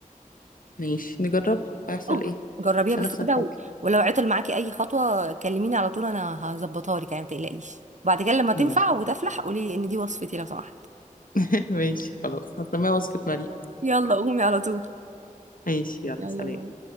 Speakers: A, on the left (about 80°); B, on the right (about 60°).
A: ماشي نجربها هيحصل
B: أج-
A: ايه
B: جربيها
A: مش
B: بس
A: هنخسر
B: كده
A: حاجه
B: و... ولو عطل معاكي اي خطوه كلميني على طول انا هظبطها لك يعني ما تقلقيش وبعد كده لما تنفع
A: ماشي
B: وتفلح قولي ان دي وصفتي لو سمحت
A: <laughs> ماشي خلاص هسميها وصفه مريم
B: يلا قومي على طول
A: ماشي يلا
B: يلا
A: سلام
B: باي